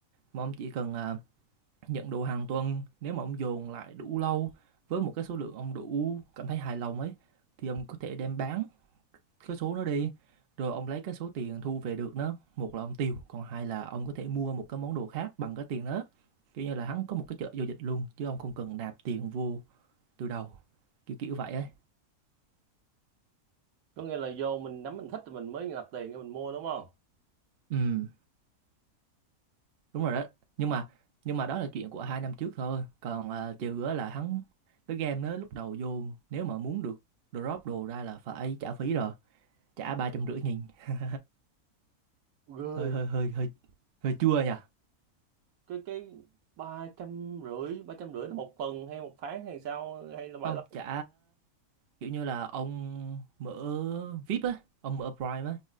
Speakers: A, on the right; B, on the right.
A: mà ông chỉ cần, à, nhận đồ hàng tuần, nếu mà ông dồn lại đủ lâu với một cái số lượng ông đủ cảm thấy hài lòng ấy, thì ông có thể đem bán cái số nó đi rồi ông lấy cái số tiền thu về được nó một là ông tiêu còn hai là ông có thể mua một cái món đồ khác bằng cái tiền đó kiểu như là hắn có một cái chợ giao dịch luôn chứ ông không cần nạp tiền vô từ đầu kiểu kiểu vậy ấy
B: Có nghĩa là vô mình nắm mình thích thì mình mới nạp tiền để mình mua đúng không?
A: ừ đúng rồi đó nhưng mà nhưng mà đó là chuyện của hai năm trước thôi còn à, trừ á là hắn cái game đó lúc đầu vô nếu mà muốn được drop đồ ra là phải trả phí rồi trả ba trăm rưỡi nghìn <laughs>
B: Rồi
A: hơi hơi hơi hơi hơi chua nhỉ
B: cái cái ba trăm rưỡi ba trăm rưỡi là một tuần hay một tháng hay sao hay là bao
A: không
B: lâu?
A: trả kiểu như là ông mở VIP á ông mở Prime á